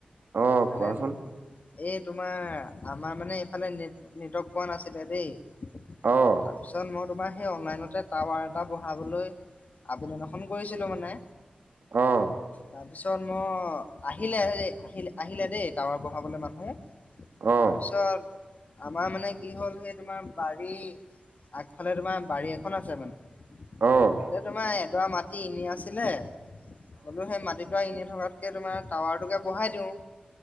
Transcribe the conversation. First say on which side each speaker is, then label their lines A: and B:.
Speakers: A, on the right; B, on the left.
A: অ
B: মানে
A: কোৱাছোন
B: এই তোমাৰ আমাৰ মানে এইফালে নেট নেটৱৰ্ক পোৱা নাছিলে দেই
A: অঁ
B: তাৰপিছত মই তোমাৰ সেই অনলাইনতে টাৱাৰ এটা বহাবলৈ আবেদন এখন কৰিছিলোঁ মানে।
A: অ'।
B: তাৰপিছত মই আহিলে দে, আহিল আহিলে দেই টাৱাৰ বহাবলৈ মানুহে।
A: অ',
B: তাৰপিছত আমাৰ মানে কি হ'ল সেই তোমাৰ বাৰী আগফালে তোমাৰ বাৰী এখন আছে মানে
A: অ', অ',
B: তাতে তোমাৰ এডৰা মাটি এনে আছিলে, বলো সেই মাট এনে থকাতকে তোমাৰ টাৱাৰটোকে বহাই দিওঁ।